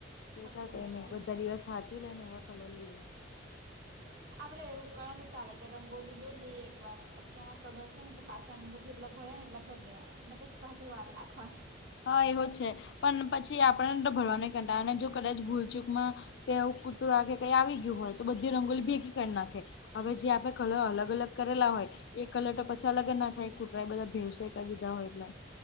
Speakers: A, on the left (about 60°); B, on the right (about 60°).
A: બે
B: સાચી
A: ચાર કઈ
B: વાત
A: નઈ
B: છે
A: બધા દિવસ સાંચવી લે ને એવા કલર લઈએ.
B: આપડે એવું કરવા તો ચાલે કે રંગોલી દોડીએ એકવાર પછી એના કલર છે, ને તે પાછ સેલન્ડર જેટલા ભરા ને એટલા ભરી દેવાનું અને પછી પાછું વાર નાખવાનું
A: હા એવો છે, પણ પછી આપણે ભરવા નહી કંટા અને જો કદાચ ભૂલચૂકમાં કેું કૂતરું આ કેે કઈ આવી ગયું હોય તો બધી રંગોલી ભેગી કરી નાખે હવે જે આપડે કલર અલગ અલગ કરેલા હોય એ કલર તો પછી અલગ જ ના થાય કુટરા એ બધા ભેડસે કરી દીધા હોય એટલે